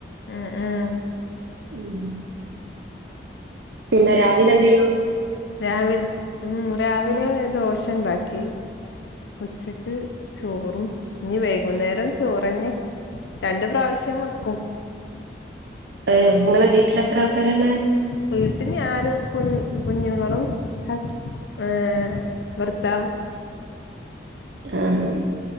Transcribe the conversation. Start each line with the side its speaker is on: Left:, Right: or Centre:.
Left: ഉംഹ് ഉംഹ്
Right: ഉം പിന്നെ രാവിലെ എന്തെനു
Left: രാവിലെ ഉംഹ് രാവിലെ ദോശ ഒണ്ടാക്കി ഉച്ചക്ക് ചോറും ഇനി വൈകുന്നേരം ചോറെന്നെ രണ്ട് പ്രാവശ്യം വെക്കും
Right: ഏഹ് നിങ്ങളെ വീട്ടില് എത്ര ആൾക്കാര് ഉണ്ട്
Left: വീട്ടില് ഞാനും കുഞ്ഞു കുഞ്ഞും മോളും ഹസ് ഏഹ് ഭർത്താവും
Right: ആഹ്